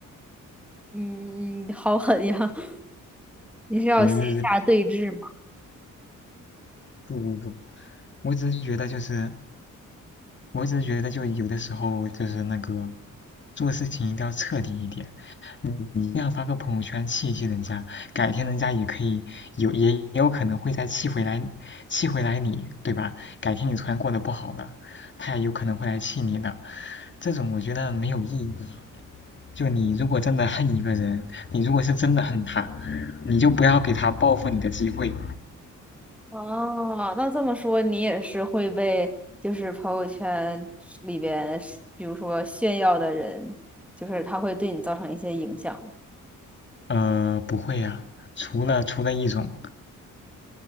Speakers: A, in the centre; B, on the left (about 35°).
A: 嗯，好狠呀！<laughs> 你是要线下对峙吗？
B: 不是不不不，我只是觉得就是，我只是觉得就有的时候就是那个做事情一定要彻底一点。嗯你一定要发个朋友圈气一气人家，改天人家也可以有也也有可能会再气回来，气回来你，对吧？改天你突然过得不好了，他也有可能会来气你的，这种我觉得没有意义。就你如果真的恨一个人，你如果是真的恨他，你就不要给他报复你的机会。
A: 哦，那这么说，你也是会被就是朋友圈里边是比如说炫耀的人，就是他会对你造成一些影响。
B: 呃，不会啊，除了除了一种，